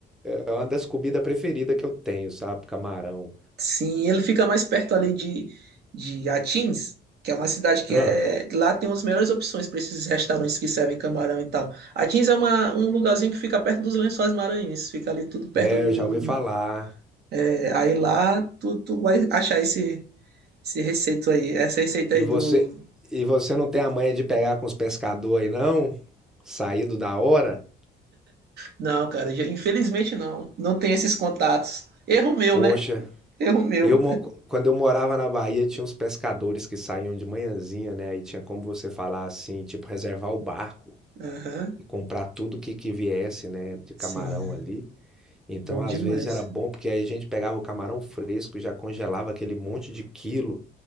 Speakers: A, in the centre; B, on the right.
A: é uma das comidas preferidas que eu tenho, sabe? Camarão.
B: Sim, ele fica mais perto ali de, de Atins, que é uma cidade que
A: Ah,
B: é. Lá tem as melhores opções para esses restaurantes que servem camarão e tal. Atins é uma, um lugarzinho que fica perto dos Lençóis Maranhenses, fica ali tudo perto
A: é,
B: do.
A: eu já ouvi falar.
B: é, aí lá tu, tu vai achar esse. Esse receito aí, essa receita
A: E
B: aí
A: você,
B: do.
A: e você não tem a manha de pegar com os pescadores aí, não? Saído da hora?
B: Não, cara, já- infelizmente não. Não tem esses contatos. Erro meu,
A: Poxa,
B: né? Erro meu.
A: eu mo- quando eu morava na Bahia, tinha uns pescadores que saíam de manhãzinha, né? Aí tinha como você falar assim, tipo, reservar o barco
B: Aham.
A: e comprar tudo que, que viesse, né, de camarão
B: Sim.
A: ali. Então,
B: Bom
A: às
B: demais.
A: vezes era bom porque aí a gente pegava o camarão fresco, já congelava aquele monte de quilo.